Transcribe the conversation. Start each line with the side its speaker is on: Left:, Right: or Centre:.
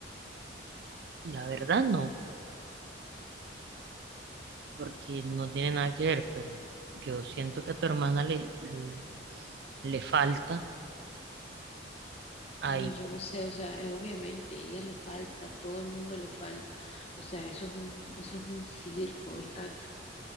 Right: La verdad no,
Left: Mm,
Right: porque no tiene nada que ver, pero yo siento que a tu hermana le, le, le falta ahí,
Left: No, yo
Right: pues,
Left: no sé, o sea, es obviamente, ella le falta, todo el mundo le falta. O sea, eso es un, eso es un circo, está,